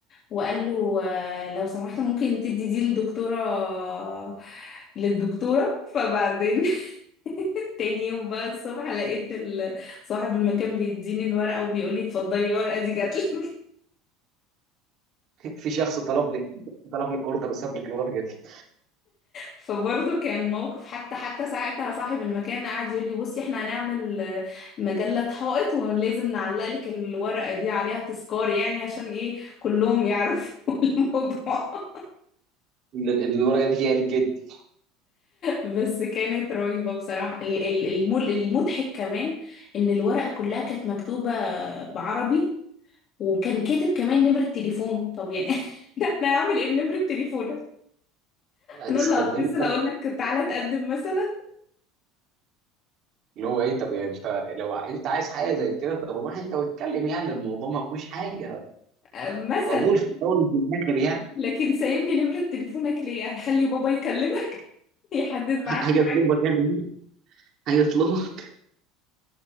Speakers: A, on the left (about 40°); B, on the right (about 45°).
A: وقال له آه، لو سمحت ممكن تدي دي للدكتورة للدكتورة فبعدين <laughs> تاني يوم بقى الصبح لقيت ال- صاحب المكان بيديني الورقة وبيقول لي اتفضلي الورقة دي جاتلك <laughs>
B: في شخص طلب لك طلب لك اوردر وساب لك الورقه دي
A: فبرضه كان موقف حتى حتى ساعتها صاحب المكان قعد يقول لي بصي احنا هنعمل آه، مجلة حائط ولازم نعلق لك الورقة دي عليها تذكار يعني عشان ايه كلهم يعرفوا <laughs> الموضوع
B: ال- ال- الورقه دي هي لجدي
A: بس كانت رهيبة بصراحة ال- ال- المل- المضحك كمان إن الورقة كلها كانت مكتوبة بعربي وكان كاتب كمان نمرة تليفونه طب يعني <laughs> ده احنا هعمل ايه بنمرة تليفونك
B: هتستخدميها
A: انا اللي هتصل اقول لك تعالى تقدم مثلا
B: اللي هو ايه طب يعني انت لو انت عايز حاجه زي كده طب روح انت واتكلم يعني الموضوع ما فيهوش حاجه
A: آه، مثلا
B: قبول في الاول وفي الاخر يعني
A: لكن سايب لي نمرة تليفونك ليه هخلي بابا يكلمك <laughs> يحدد معاك
B: هيطلبك
A: معاك
B: يعني هيطلبك